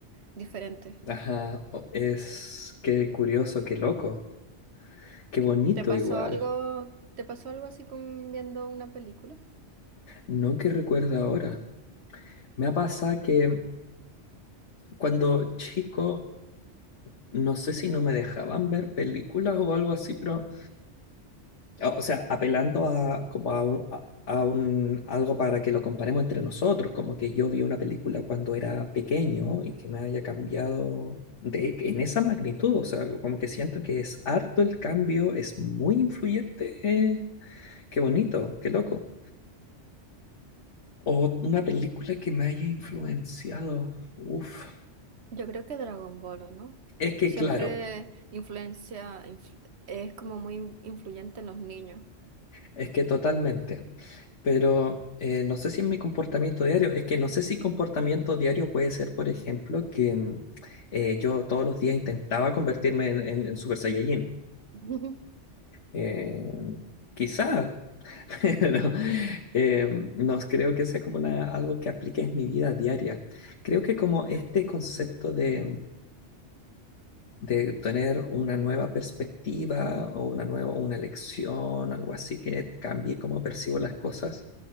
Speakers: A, on the right (about 65°); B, on the left (about 75°).
A: diferente.
B: Ajá. o- Es qué curioso, qué loco, qué bonito
A: ¿Te pasó
B: igual.
A: algo, te pasó algo así con viendo una película?
B: No que recuerda ahora. Me ha pasado que cuando chico, no sé si no me dejaban ver películas o algo así, pero O o sea, apelando a, como a, un- a- a un- algo para que lo comparemos entre nosotros, como que yo vi una película cuando era pequeño y que me haya cambiado de, en esa magnitud, o sea, como que siento que es harto el cambio, es muy influyente, eh, qué bonito, qué loco. O una película que me haya influenciado, uf,
A: Yo creo que Dragon Ball, ¿o ¿no?
B: es que
A: Siempre
B: claro,
A: influencia, influ- es como muy in- influyente en los niños.
B: es que totalmente. Pero eh, no sé si en mi comportamiento diario, es que no sé si comportamiento diario puede ser, por ejemplo, que mm, eh, yo todos los días intentaba convertirme en, en- en Super Saiyajin.
A: <laughs>
B: Eh, quizá, <laughs> pero eh, no creo que sea como una, algo que aplique en mi vida diaria. Creo que como este concepto de, de tener una nueva perspectiva o una nueva, una lección, algo así que cambie cómo percibo las cosas